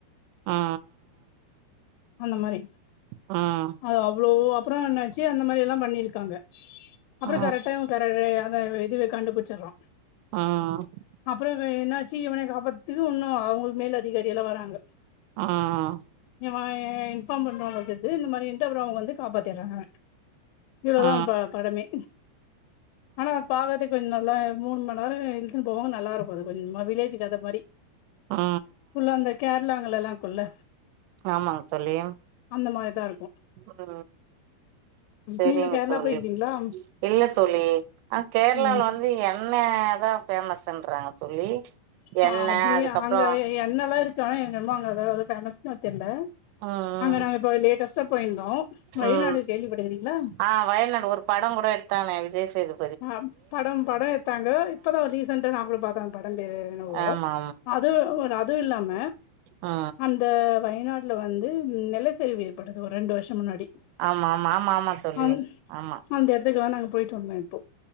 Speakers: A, on the right; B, on the left.
A: அ அ அ
B: அந்த மாரி
A: ம்
B: அது அவ்வளோ அப்பறம் என்னாச்சு அந்த மாரி எல்லா பண்ணிருக்காங்க அப்பறம்
A: ஆ
B: கரெக்டா தர அத இதுவே கண்டுபிச்சிறோம்
A: ஆ
B: அப்பறம் என்னாச்சு இவன காப்பாத்துக்கு இன்னும் அவங்களுக்கு மேல அதிகாரி எல்லா வராங்க
A: ஆஹ்
B: வாயே இன்ஃபார்ம் பண்ணுவாங்க தெரிது இந்த மாரி இன்டவுரவுங்க வந்து காப்பாத்திர்றாங்க இவ்ளோதா
A: ஆ
B: அந் ப படமே ஆனா பாவது வின் நல்லாய் மூணு மண் நேரோ இழுத்துனு போவாங்க நல்லா இருக்கு அது கொஞ்ச கொஞ்சமா வில்லேஜி கத மாரி
A: ஆ
B: ஃபுல்லா அந்த கேரளாங்கலைலா இருக்குள்ள
A: ஆமாங்க தோழி
B: அந்த மாரிதா இருக்
A: ஆ சரிங்க
B: நீங்க கேரளா
A: தோழி
B: போய்க்கிறீங்களா
A: இல்ல தோழி அ கேரளாவால
B: ம்
A: வந்து என இண்ணெ அதா ஃபேமஸுன்றாங்க தோழி
B: ஆ
A: எண்ணெ
B: அப்டியே
A: அதுக்கப்றோ
B: அங்க என்னல்லா இருக்கு ஆனா எனக்கென்னமோ அங்க வேறெது ஃபேமஸா தெர்ல
A: ம்
B: அங்க நாங்க இப்ப லேட்டஸ் ச போயிருந்தோ வயநாடு
A: ம்
B: கேள்விப்பட்டுக்கிறீங்களா
A: ஆ வயல்நாடு ஒரு படங்கூட எடுத்தானே விஜய் சேது
B: ஆ படம் பட எட்தாங்க இப்பதா ஒரு ரீசண்டா நா கூட பாத்தே அந்த படம் பேரு என்னவோ
A: ஆமா
B: அதுவு ஒரு அதுவு இல்லாம
A: ஆ
B: இந்த வயநாட்ல வந்து ம் நெலச்சரிவு ஏற்பட்டது ஒரு ரெண்டு வர்ஷ முன்னாடி
A: ஆமா ஆமா ஆமா ஆமா தோழி
B: அந்
A: ஆமா
B: அந்த எடத்துக்குலா நாங்க போயிட்டு வந்தோ இப்போ